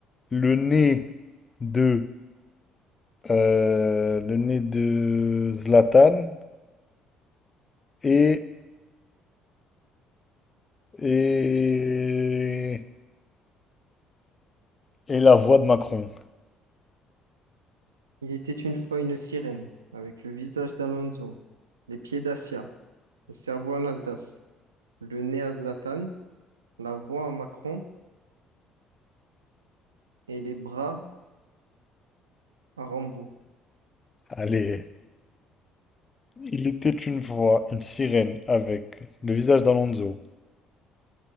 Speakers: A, on the left; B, on the right.
A: le nez de euh, le nez de Zlatan et et et la voix de Macron.
B: Il était une fois une sirène, avec le visage d'Alonso, les pieds d'Acia, le cerveau à Nasdas, le nez à Zlatan, la voix à Macron et les bras à Rambo.
A: Allez, il était une fois une sirène avec le visage d'Alonso,